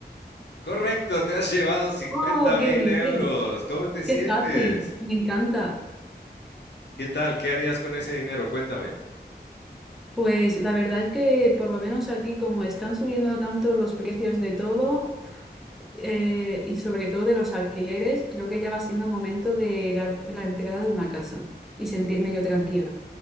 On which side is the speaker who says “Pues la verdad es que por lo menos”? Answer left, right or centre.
Centre